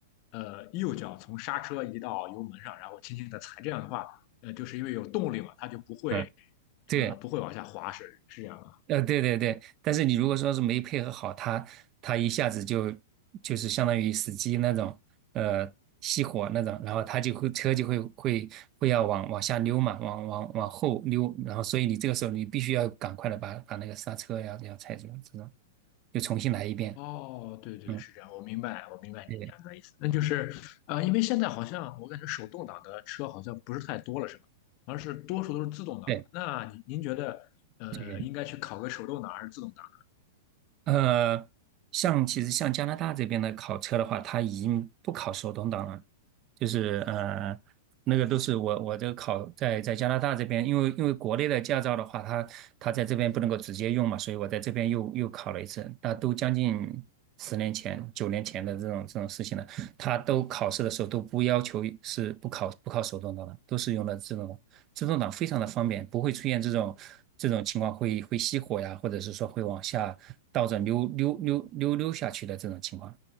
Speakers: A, on the left; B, on the right.
A: 呃右脚从刹车移到油门上，然后轻轻的踩，这样的话，呃，就是因为有动力嘛，它就不会
B: 嗯，对，
A: 呃不会往下滑，是是这样。的。
B: 呃，对对对。但是你如果说是没配合好，他他一下子就就是相当于死机那种，呃，熄火那种，然后他就会车就会会会要往往下溜嘛，往往往后溜，然后所以你这个时候你必须要赶快的把把那个刹车呀这样踩住，这种就重新来一遍。
A: 哦，对对，
B: 嗯，
A: 是这样，我明白，我明白你讲的意思。
B: 对对
A: 那就是，呃，因为现在好像我感觉手动挡的车好像不是太多了，是吧？而是多数都是自动挡的。
B: 对，
A: 那您您觉得，呃，
B: 这个。
A: 应该去考个手动挡还是自动挡
B: 呃，像其实像加拿大这边的考车的话，它已经不考手动挡了，就是呃，那个都是我我这个考在在加拿大这边，因为因为国内的驾照的话，它它在这边不能够直接用嘛，所以我在这边又又考了一次，那都将近十年前、九年前的这种这种事情了。它都考试的时候都不要求是不考不考手动挡的，都是用的自动挡。自动挡非常的方便，不会出现这种这种情况会会熄火呀，或者是说会往下倒着溜溜溜溜溜下去的这种情况，